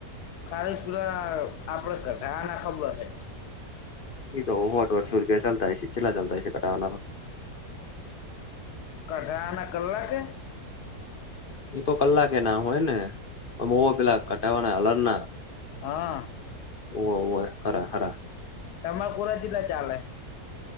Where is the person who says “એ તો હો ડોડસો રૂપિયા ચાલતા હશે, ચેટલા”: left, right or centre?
Left